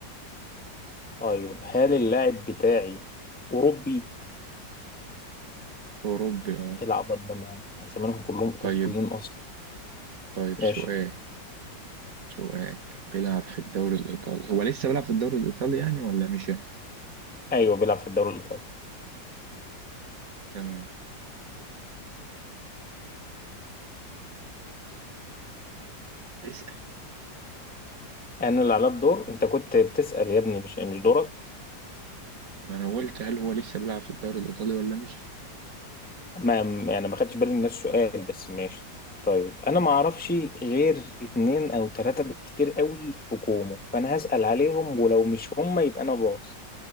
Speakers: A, in the centre; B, on the right.
A: طيب هل اللاعب بتاعي أوروبي؟
B: أوروبي اه
A: العب أربعة زمانهم كلهم أوروبيين
B: طيب
A: أصلا
B: طيب
A: ماشي
B: سؤال سؤال بيلعب في الدوري الإيطالي هو لسه بيلعب في الدوري الإيطالي يعني ولا مش؟
A: أيوه بيلعب في الدوري الإيطالي
B: تمام اسأل
A: أنا اللي على الدور أنت كنت بتسأل يا ابني مش مش دورك
B: ما أنا قلت هل هو لسه بيلعب في الدوري الإيطالي ولا مش؟
A: ما يعني ما خدتش بالي من نفس السؤال بس ماشي طيب أنا ما أعرفش غير اتنين أو تلاتة بالكتير قوي في كومو فأنا هسأل عليهم ولو مش هما يبقى أنا باص